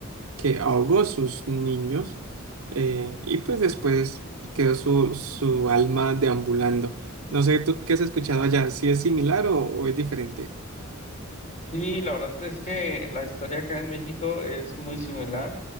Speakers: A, on the right; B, on the left.
A: que ahogó sus niños eh, y pues después quedó su, su alma deambulando. No sé, ¿tú qué has escuchado allá? ¿Si es similar o, o es diferente?
B: Y la verdad es que la historia acá en México es muy similar.